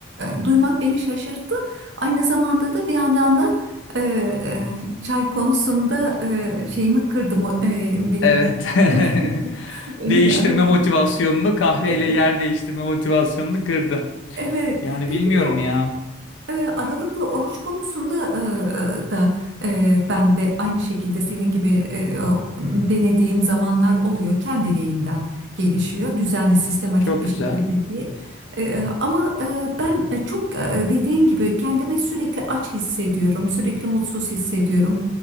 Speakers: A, on the right; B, on the left.
A: e, duymak beni şaşırttı. Aynı zamanda da bir yandan da e, e, çay konusunda e, şeyimi kırdı mı- e, benim
B: Evet. <laughs>
A: <laughs> öyle
B: Değiştirme
A: bir arayış.
B: motivasyonunu kahveyle
A: Evet,
B: yer değiştirme motivasyonunu kırdı.
A: evet.
B: Yani
A: Peki
B: bilmiyorum
A: bu
B: ya.
A: E, Aralıklı oruç konusunda e, da e, ben de aynı şekilde senin gibi e, o, denediğim zamanlar oluyor. Kendiliğinden gelişiyor. Düzenli, sistematik
B: Çok
A: bir
B: güzel.
A: şekilde değil. E, ama e, ben e, çok e, dediğin gibi kendimi sürekli aç hissediyorum. Sürekli mutsuz hissediyorum.